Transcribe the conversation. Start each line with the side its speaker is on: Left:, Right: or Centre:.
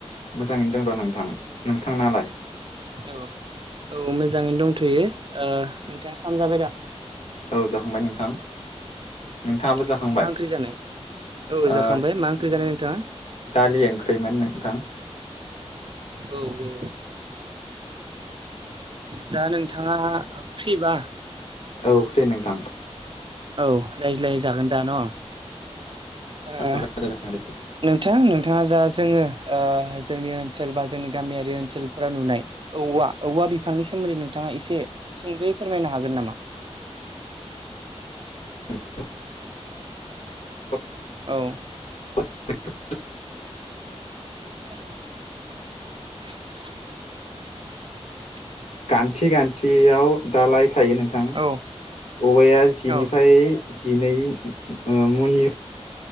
Left: मोजाङैनो दं र' नोंथां नोंथांनालाय?
Right: औ औ मोजाङैनो दंथ'यो ओ नोंथाङा खाम जाबायदा?
Left: औ जाखांबाय नोंथां नोंथाङाबो जाखांबाय
Right: औ मा ओंख्रि जानाय? औ
Left: ओ
Right: जाखांबाय मा ओंख्रि जानाय नोंथाङा?
Left: दालि ओं खैमोन नोंथां
Right: औ औ ओ दा नोंथाङा फ्रिबा
Left: औ फ्रि नोंथां
Right: औ रायज्लाय जागोन दा न?
Left: <unintelligible>
Right: ओ नोंथां नोंथाङा जा जोङो ओ जोंनि ओनसोल बा जोंनि गामियारि ओनसोलफोराव नुनाय औवा औवा बिफांनि सोमोन्दै नोंथाङा एसे सुंद'यै फोरमायनो हागोन नामा? <inaudible>
Left: <inaudible>
Right: औ
Left: <unintelligible>
Right: <unintelligible>
Left: गान्थि गान्थियाव दालाय थायो नोंथां
Right: औ
Left: औवाया जिनिफ्राय
Right: औ
Left: जिनै ओ मुनि